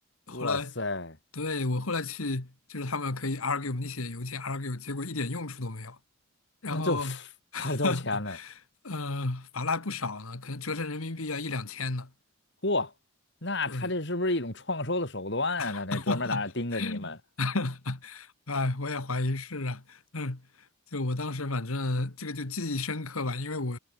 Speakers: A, on the left; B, on the left.
A: 后来，
B: 哇塞，
A: 对，我后来去，就是他们可以 argue，你写邮件 argue，结果一点用处都没有。然后，
B: 那最后 <laughs>
A: <laughs>
B: 罚了多少钱呢？
A: 呃，罚了还不少呢，可能折成人民币要一两千呢。
B: 嚯，那他这是不是一种创收的手段啊？
A: 对，<laughs>
B: 那这专门在那盯着你们，
A: 哈哈，<laughs> 哎，我也怀疑是啊，嗯，就我当时反正这个就记忆深刻吧，因为我